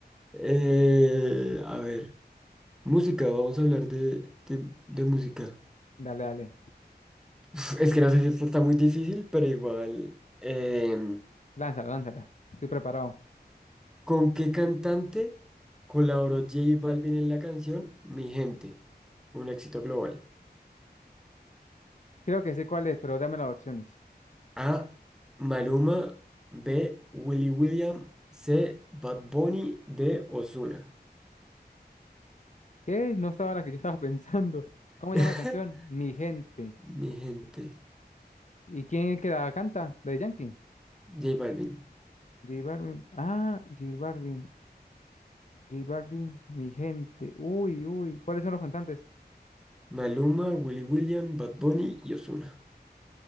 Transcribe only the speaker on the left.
Dale, dale.
Lánzala, lánzala. Estoy preparado.
Creo que sé cuál es, pero dame las opciones.
¿Qué? No estaba la que yo estaba <laughs> pensando. ¿Cómo llama
la canción? Mi gente.
¿Y quién es que la canta? ¿La de Yankee?
J Balvin. Ah, J Balvin. J Balvin, mi gente. Uy, uy. ¿Cuáles son los cantantes?